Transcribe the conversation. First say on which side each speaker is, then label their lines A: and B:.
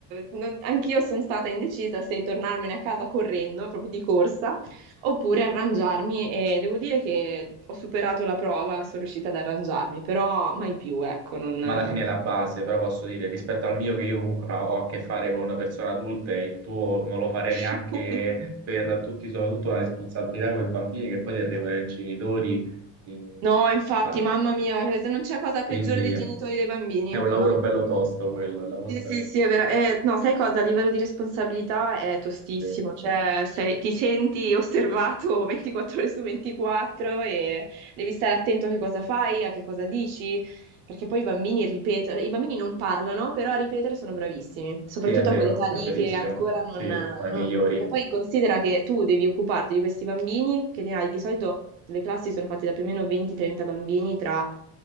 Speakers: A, on the right; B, on the right.
A: Non- anch'io sono stata indecisa se tornarmene a casa correndo, proprio di corsa, oppure arrangiarmi e devo dire che ho superato la prova, sono riuscita ad arrangiarmi, però mai più, ecco, non...
B: ma alla fine è la base, però posso dire, rispetto al mio che io comunque fa- ho a che fare con persone adulte, il tuo non lo farei
A: <laughs>
B: neanche per tutti, soprattutto una responsabilità con i bambini che poi ti arrivano i genitori. eh,
A: No, infatti,
B: fa-
A: mamma mia, se non c'è cosa peggiore
B: Quindi
A: dei
B: è
A: genitori dei bambini,
B: un
A: mamma
B: lavoro bello
A: mia.
B: tosto quello, è un lavoro
A: Sì,
B: bello
A: sì, sì,
B: tosto.
A: è vero. Eh, no, sai cosa? A livello di responsabilità è tostissimo,
B: Sì.
A: cioè sei- ti senti osservato <laughs> 24 ore su 24 e devi stare attento a che cosa fai, a che cosa dici, perché poi i bambini ripetono, i bambini non parlano, però a ripetere sono bravissimi, soprattutto
B: Sì, è vero,
A: a quell'età lì
B: è verissimo.
A: che ancora non,
B: Sì, sono i
A: non-
B: migliori.
A: Perché poi considera che tu devi occuparti di questi bambini, che ne hai di solito, le classi sono fatte da più o meno 20-30 bambini tra...